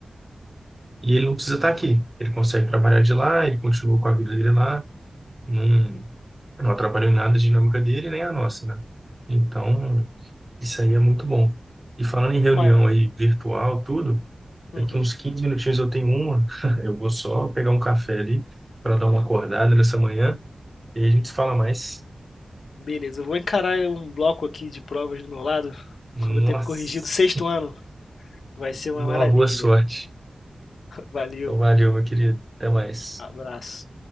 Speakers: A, on the right; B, on the left.
A: E ele não precisa estar aqui. Ele consegue trabalhar de lá, ele continua com a vida dele lá. não, não atrapalhou em nada a dinâmica dele nem a nossa, né? Então, isso aí é muito bom. E falando em reunião
B: Mas,
A: aí virtual, tudo,
B: uhum.
A: daqui uns 15 minutinhos eu tenho uma, <laughs> eu vou só pegar um café ali para dar uma acordada nessa manhã e a gente se fala mais.
B: Beleza, eu vou encarar um bloco aqui de provas do meu lado.
A: Nossa,
B: Vou ter corrigido o sexto ano. Vai ser uma
A: uma
B: maravilha.
A: boa sorte.
B: Valeu,
A: Então, valeu, meu querido. Até mais.
B: abraço.